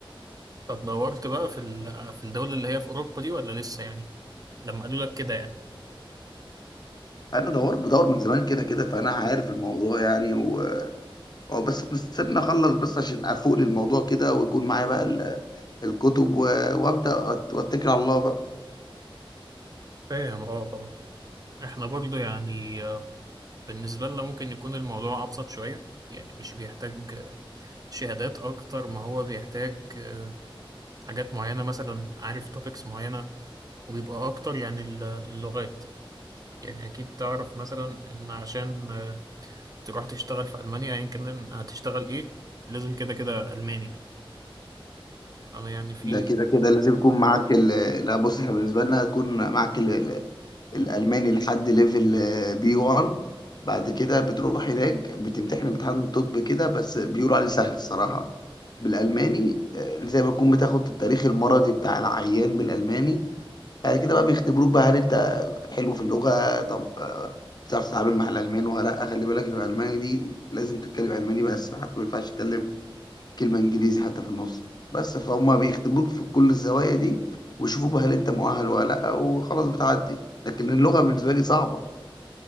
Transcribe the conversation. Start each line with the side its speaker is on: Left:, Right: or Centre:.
Right: طب دورت بقى في ال- في الدول اللي هي في أوروبا دي ولا لسه يعني لما قالوا لك كده يعني
Left: أنا دور بدور من زمان كده كده فأنا عارف الموضوع يعني و... أو بس مستني أخلص بس عشان أفوق للموضوع كده ويكون معايا بقى ال- الكتب و... وأبدأ أت- وأتكل على الله بقى
Right: فاهم اه اه احنا برضو يعني آه، بالنسبة لنا ممكن يكون الموضوع أبسط شوية يعني مش بيحتاج آه، شهادات أكتر ما هو بيحتاج آه، حاجات معينة مثلا عارف توبكس معينة ويبقى أكتر يعني ال- اللغات يعني أكيد تعرف مثلا إن عشان تروح تشتغل في ألمانيا أيا كان هتشتغل إيه لازم كده كده ألماني يعني أنا يعني في
Left: ده كده كده لازم يكون معاك ال... لا بص احنا بالنسبة لنا يكون معاك ال... الالماني لحد ليفل آه، بي 1 بعد كده بتروح هناك بتمتحن امتحان طب كده بس بيقولوا عليه سهل الصراحه بالالماني آه، زي ما تكون بتاخد التاريخ المرضي بتاع العيان بالالماني بعد كده بقى بيختبروك بقى هل انت حلو في اللغه طب آه، بتعرف تتعامل مع الالمان ولا لا خلي بالك ان الالماني دي لازم تتكلم الماني بس حتى ما ينفعش تتكلم كلمة انجليزي حتى في النص بس فهم بيختبروك في كل الزوايا دي ويشوفوك بقى هل انت مؤهل ولا لا وخلاص بتعدي لكن اللغة بالنسبة لي صعبة